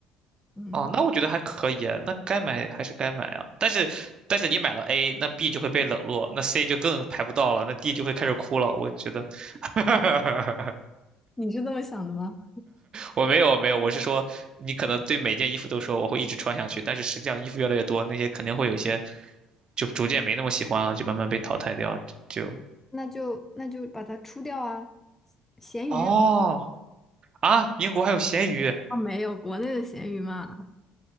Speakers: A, on the left; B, on the right.
A: 嗯，
B: 哦，那我觉得还可以，那该买还是该买啊。但是但是你买了 A，那 B 就会被冷落，那 C 就更排不到了，那 D 就会开始哭了。我觉得，<laughs>
A: 你是这么想的吗？
B: 我没有没有，我是说你可能对每件衣服都说我会一直穿下去，但是实际上衣服越来越多，那些肯定会有一些就逐渐没那么喜欢了，就慢慢被淘汰掉。就
A: 那就那就把它出掉啊，闲鱼
B: 哦啊，英国还有咸鱼
A: 啊，没有国内的闲鱼嘛，